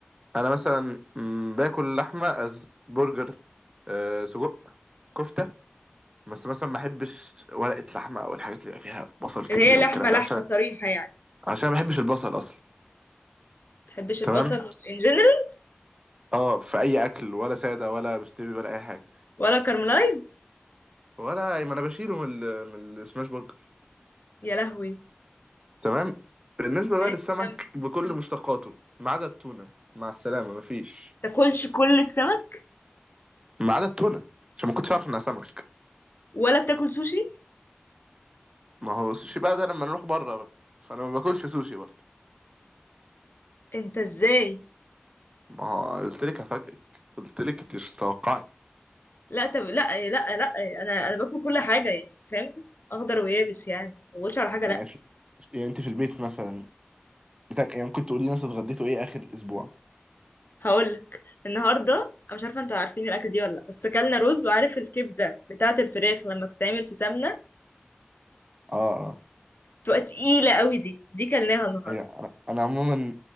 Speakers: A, on the right; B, on the left.
A: أنا مثلا مم، باكل لحمة أز برجر أه سجق كفتة بس مثلا ما أحبش ورقة لحمة أو الحاجات اللي بيبقى فيها بصل كتير
B: اللي هي لحمه
A: والكلام ده
B: لحمه
A: عشان
B: صريحه يعني ما
A: عشان ما بحبش البصل أصلا
B: بتحبش
A: تمام
B: البصل ان جنرال
A: اه في أي أكل ولا سادة ولا مستوي ولا أي حاجة
B: ولا كارملايزد
A: ولا ما أنا بشيله من ال... من السماش برجر
B: يا لهوي
A: تمام بالنسبة
B: ماشي
A: بقى للسمك
B: كمل
A: بكل مشتقاته ما عدا التونة مع السلامة مفيش
B: تاكلش كل السمك
A: ما عدا التونة عشان ما كنتش أعرف إنها سمك
B: ولا بتاكل سوشي
A: ما هو السوشي بقى ده لما نروح بره بقى فانا ما باكلش سوشي برضه
B: انت ازاي
A: ما هو قلت لك هفاجئك قلت لك انت مش متوقعي
B: لا طب لا لا لا انا انا باكل كل حاجه يعني فاهم اخضر ويابس يعني ما بقولش على حاجه
A: يعني
B: لا
A: في... يعني انت في البيت مثلا بتاك... يعني ممكن تقولي مثلا اتغديتوا ايه اخر اسبوع
B: هقولك النهارده انا مش عارفه انتوا عارفين الاكل دي ولا لا بس اكلنا رز وعارف الكبده بتاعه الفراخ لما بتتعمل في سمنه
A: اه اه
B: بتبقى تقيله قوي دي دي كلناها النهارده
A: يعني انا انا عموما